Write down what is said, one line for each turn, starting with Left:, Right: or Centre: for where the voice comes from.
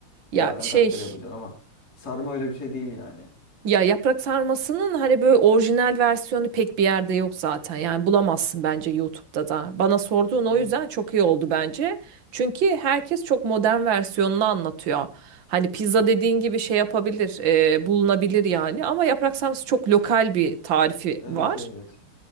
Right: Ya
Left: Zaten
Right: şey
Left: kaç kere yapacaksın ama sarma öyle bir şey değil yani.
Right: Ya yaprak sarmasının hani böyle orijinal versiyonu pek bir yerde yok zaten. Yani bulamazsın bence YouTube'da da. Bana sorduğun o
Left: Hı hı.
Right: yüzden çok iyi oldu bence. Çünkü herkes çok modern versiyonunu anlatıyor. Hani pizza dediğin gibi şey yapabilir, e, bulunabilir yani. Ama yaprak sarması çok lokal bir tarifi
Left: Evet
Right: var.
Left: evet.